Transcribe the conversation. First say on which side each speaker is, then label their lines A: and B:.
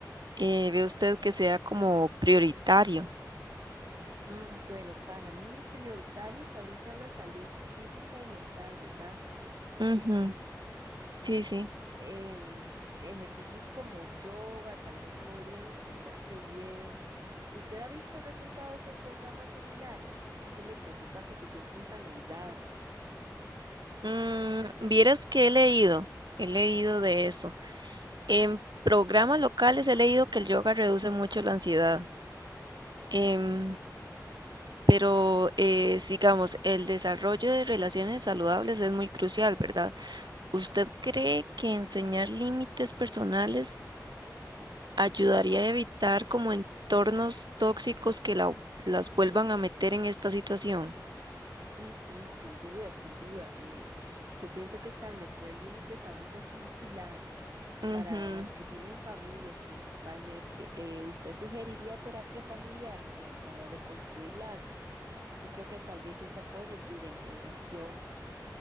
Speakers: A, on the right (about 85°); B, on the right (about 55°).
A: eh, ve usted que sea como prioritario?
B: mm, bueno, para mí prioritarios ahorita es la salud física y mental, ¿verdad?
A: Ujú, Sí, sí.
B: em, ejercicios como yoga tal vez podrían integrarse bien. ¿Usted ha visto resultados en programas similares? Es que me preocupa que se sientan tan aisladas.
A: Mm, vieras que he leído, he leído de eso. En programas locales he leído que el yoga reduce mucho la ansiedad, em, pero eh, sigamos, el desarrollo de relaciones saludables es muy crucial, ¿verdad? ¿Usted
B: Ajá.
A: cree que enseñar límites personales ayudaría a evitar como entornos tóxicos que la- las vuelvan a meter en esta situación.
B: Sí, sí, sin duda, sin duda. Eh, yo pienso que establecer límites ahorita es un pilar
A: Ujú.
B: para las que tienen familias principalmente. Eh, ¿usted sugeriría terapia familiar como para reconstruir lazos? Yo creo que tal vez eso apoye su reintegración.